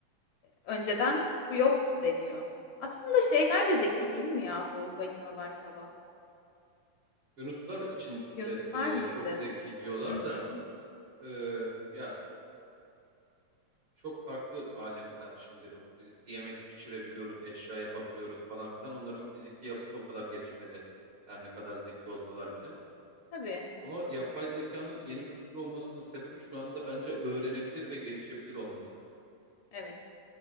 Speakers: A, on the left; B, on the right.
A: Önceden bu yoktu deniyor. Aslında şeyler de zeki değil mi ya bu balinalar falan?
B: Yunuslar için
A: Yunuslar
B: de
A: mıydı?
B: e, çok zeki diyorlar
A: Hı hı.
B: da e, ya çok farklı alemler şimdi. Biz yemek pişirebiliyoruz, eşya yapabiliyoruz falan filan. Onların fiziki yapısı o kadar gelişmedi. Her ne kadar zeki olsalar bile.
A: Tabii.
B: Ama yapay zekanın yeni bir tür olmasının sebebi şu anda bence öğrenebilir ve gelişebilir olması.
A: Evet.